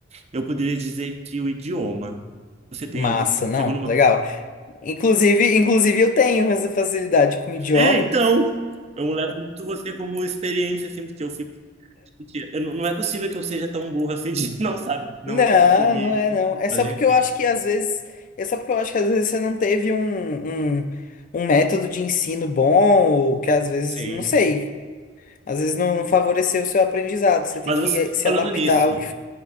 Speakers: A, on the right; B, on the left.
A: eu poderia dizer que o idioma. Você tem
B: Massa,
A: algum?
B: não,
A: Chegou numa
B: legal.
A: conclu-
B: Inclusive, inclusive eu tenho essa facilidade com o idioma.
A: É, então, eu levo muito você como experiência assim, porque eu fico, eu não não é possível que eu seja tão burro assim <laughs> de não sabe, não
B: Não,
A: conseguir
B: não é não. É
A: mas
B: só
A: enfim.
B: porque eu acho que às vezes, é só porque eu acho que às vezes você não teve um, um, um método de ensino bom, ou que às vezes,
A: Sim.
B: não sei, às vezes não, não favoreceu o seu aprendizado. Você tem
A: Mas
B: que
A: você,
B: eh, se
A: falando
B: adaptar
A: nisso,
B: ao que.